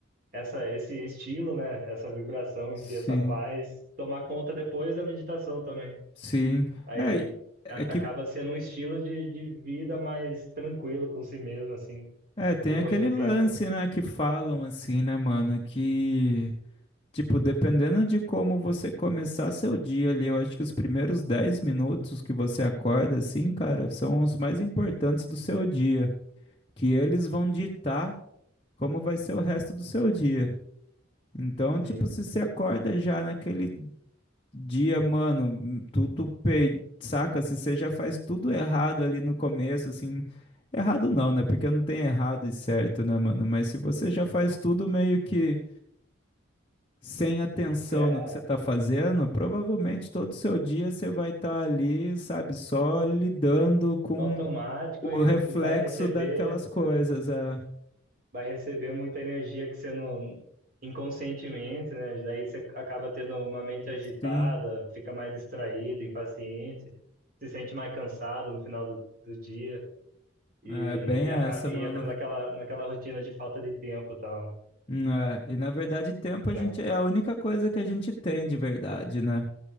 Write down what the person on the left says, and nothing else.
sim,
sim.
É, é
que,
é, tem
aquele
lance,
né, que falam assim, né, mano, que Tipo, dependendo de como você começar seu dia ali, eu acho que os primeiros 10 minutos que você acorda, assim, cara, são os mais importantes do seu dia, que eles vão ditar como vai ser o resto do seu dia. Então,
tipo, se você acorda já naquele dia, mano, hum, tudo pe... saca? Se você já faz tudo errado ali no começo, assim, errado não, né? Porque não tem errado e certo, né, mano? Mas se você já faz tudo meio que sem atenção
no
que você está fazendo, provavelmente todo o seu dia você vai estar ali, sabe, só lidando com
o
reflexo
daquelas coisas.
É.
Sim,
é bem
essa,
mano.
Hum, É. E na verdade, tempo
a gente é a única coisa que a gente tem de verdade, né?